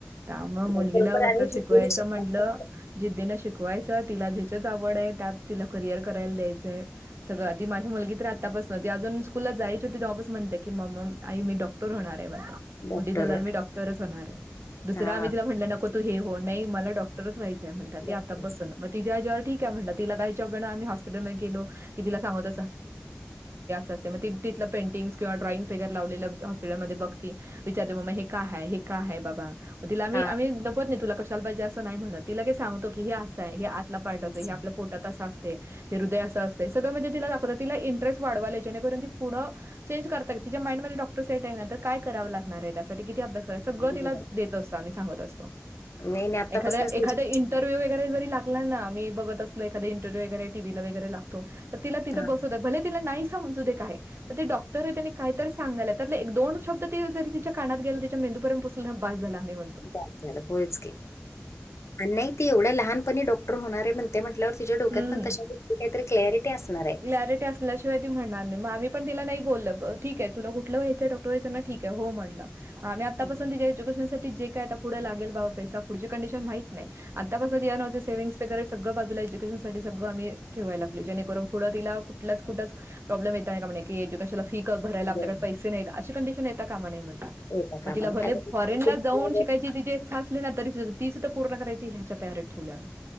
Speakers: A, on the right; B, on the left.
A: त्या मुळे मुलगीला
B: खरोखर
A: मात्र
B: आणि
A: शिकवायचं
B: जिद्दीने शिकतात
A: म्हटलं. जिद्दीनं शिकवायचं तिला ज्याचीच आवड आहे त्यात तिला करियर करायला द्यायचंय. सगळं आधी माझी मुलगी तर आता पासून. च ती अजून स्कूलला जायची होती तेव्हा पासून म्हणते की, मामा आई मी डॉक्टर होणार आहे.
B: डॉक्टर
A: मोठी झाल्यावर मी डॉक्टरच होणार आहे दुसर
B: हा
A: आम्ही तिला म्हटल नको. तू हे हो नाही मला डॉक्टरच व्हायंय म्हणतात ते
B: डॉक्टर
A: आता पासून. तिच्यावर ठीक आहे म्हलं तिलायच्याघण आम् हॉस्पिटलमध्ये गलो. कि ति सांगत असते मग तिथलं पेंटिंग किंवा ड्रॉइंग् वगैरे लावले. ळ मधी बघते विचारते मम्मा हे काय हाय हे काय हाय बाबा. तिला मी
B: हा
A: आम्ही लपत नाही तुला कशाला पाहिजे असं नाही म्हणत तिला का सांगतो की. हे असं आहे हे आतला पाठवतं
B: असं
A: हे आपलं. पोटात अस असतय हे हृदय असं असते सगळं तिला दाखवत तिला इंटरेस्ट वाढवाय जेणेकरून ती पुढं. चेंज करतय का तिच्या माइंडमध्ये डॉक्टर सेट आहे ना तर काय करावं लागणार आहे त्यासाठी किती अभ्यास. तर सगळ
B: बरोबर
A: तिला देत असतो आम्ही सांगत असतो.
B: नाही नाही आत्तापासूनच
A: एखाद्या
B: त्याची
A: एखाद्या इंटरव्ह्यू वगैरे जरी लागला ना. मी बघत असलेला एखादा इंटरव्हू वगैरे, टीव्हीला वगैरे लागतो तर तिला तिथ
B: हां,
A: बसवतो, भले- तिला नाही समझु दे काय, पण ते डॉक्टर आहे त्यांनी काय तरी सांगायल्यात. त्यात एक दोन शब्द तिला जर तिच्या कानात गेला तिच्या मेंदू मेंदूपर्यंत पोचला ना बस झाला आम् म्हण-
B: बास झालं होयच की. आणि नाही ती एवढ्या लहानपणी डॉक्. डॉक्टर होणार आहे म्हणते म्हटल्यावर तिच्या डोक्यात
A: हम्म.
B: पण तशा दृष्टीने काहीतरी क्लियारीटी असणार आहे.
A: क्लॅरिटी असल्याशिवाय ती म्हणार नाही आ्ही पण तिला नाही बोललं ठीक आहे तुला कुठलं व्हायंय डॉक्टर व्हायच ना ठीक आहे. हो म्हटलं. आम्ही आतापासून
B: हं,
A: तिच्या एज्युकेशनसाठी जे काय आता पुढं लागेल बाबा पैसा पुढची कंडिशन माहित- नाही आतापासूनय तिच्या नावाचे सेविंग्ज वगैरे सगळ बाजूला एज्युकेशन साठी सगळं आम्ही ठेवायला लागलोये जणेकरून. पुढं तिला कुठल्याच कुठेच प्रॉब्मेम येता कामा नाही की एज्युकेशनला फी क भरायला आपल्याकडे
B: बरोबर
A: पैसे- नाहीत अशी कंडिशन येता कामा नाही म्हटलं.
B: येता कामा
A: मग तिला
B: नये
A: भले
B: आणि तिथून
A: फॉरेनला जाऊन
B: आल्यावर
A: शिकायचं - तिची इच्छा असली ना, तरी ती सुद्धा ती सुद्धा पूर्ण करायची ह्यांच्या तयारी ठेवली आहे आम्ही.